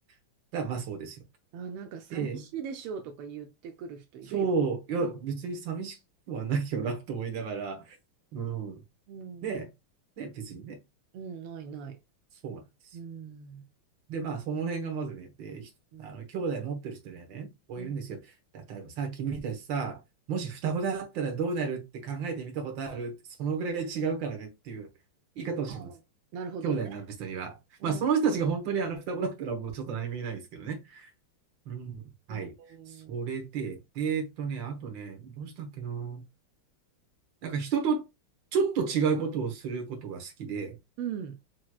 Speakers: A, on the right; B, on the right.
A: からまあそうですよ。
B: あ、なんか寂しいでしょうとか言ってくる人いるよ。
A: で、そう、いや、
B: ね
A: 別に寂しくはないよなと思いながら、うん。
B: うん、
A: ね、ね、別にね、
B: うん、ないない。
A: そうなんですよ。
B: うん、
A: で、まあ、その辺がまずね、で、ひあの、
B: うん、
A: 兄弟持ってる人にはね、こう言うんですよ。
B: うん、
A: 例えばさ、君たちさ、もし双子だったらどうなるって考えてみたことあるそのぐらい違うからねっていう言い方をします。
B: うん、あ、なるほどね。
A: 兄弟になる人には。
B: うん、
A: まあ、その人たちが本当にあの双子だったらもうちょっと何も言えないですけどね。うん。はい。
B: うん。
A: それで、で、えっとね、あとね、どうしたっけな。なんか人とちょっと違うことをすることが好きで、
B: うん。